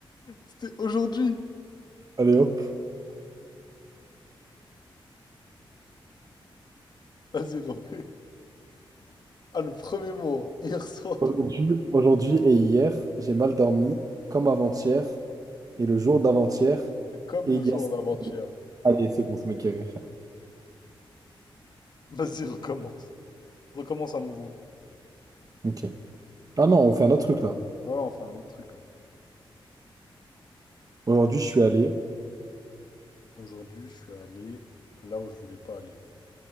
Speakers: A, on the left (about 50°); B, on the right (about 40°).
A: C'était aujourd'hui.
B: Allez hop.
A: Vas-y, refais. Ah, le premier mot, hein. hier soir.
B: Aujourd'hui, aujourd'hui et hier, j'ai mal dormi comme avant-hier et le jour d'avant-hier
A: Et comme
B: et
A: le
B: il
A: jour
B: y a...
A: d'avant-hier.
B: Allez, c'est bon, ça m'a guéri. frère.
A: Vas-y, recommence. Recommence à nouveau.
B: Ok. Ah non, on fait un autre truc là.
A: Ouais, on fait un autre truc. ouais.
B: Aujourd'hui, je suis allé.
A: Aujourd'hui, je suis allé là où je voulais pas aller.